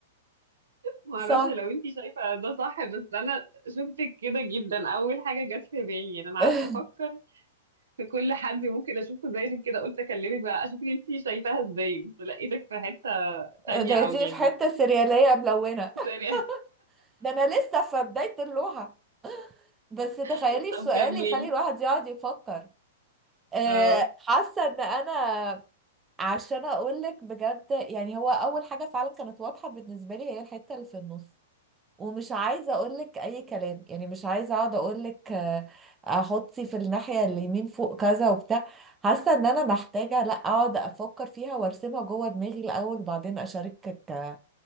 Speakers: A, on the right (about 80°); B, on the right (about 20°).
A: معرفش
B: صح
A: لو انتي شايفة ده صح بس انا شفتك كده جدا اول حاجة جت في بالي يعني انا
B: <laughs>
A: قعدت افكر في كل حد ممكن اشوفه زي عشان كده قلت اكلمك بقى اشوفك انتي شايفاها ازاي بس لقيتك في حتة تانية
B: لقيتيني
A: او يعني
B: في حته سرياليه ملونه
A: سوري
B: <laughs> ده انا لسه في بدايه اللوحه بس تخيلي
A: <laughs> طب
B: السؤال
A: كملي
B: يخلي الواحد يقعد يفكر آه،
A: اه
B: حاسه ان انا عشان اقول لك بجد يعني هو اول حاجه فعلا كانت واضحه بالنسبه لي هي الحته اللي في النص ومش عايزه اقول لك اي كلام يعني مش عايزه اقعد اقول لك آه، احطي في الناحيه اليمين فوق كذا وبتاع حاسه ان انا محتاجه لا اقعد افكر فيها وارسمها جوه دماغي الاول وبعدين اشاركك آه،